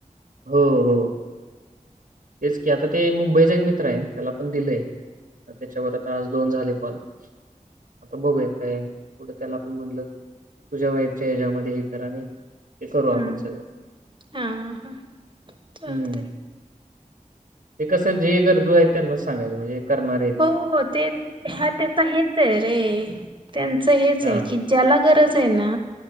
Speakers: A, on the right; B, on the right.
A: हो हो तेच की आता ते मुंबईचा एक मित्र आहे त्याला पण दिलंय त्याच्यावर आता आज दोन झाले पल आता बघूया काय कढं त्याला पण म्हणलं तुझ्या वाईफच्या ह्याच्यामध्ये हे करा नाही हे करू आपण
B: हं.
A: सगळं
B: हां, हां. चालतंय.
A: हम्म ते कसं जे गरजू आहे त्यांना सांगायचं म्हणजे करणार
B: हो ते ह त्याचा हेच आहे रे त्यांच हेच
A: हां,
B: आहे की ज्याला गरज आहे ना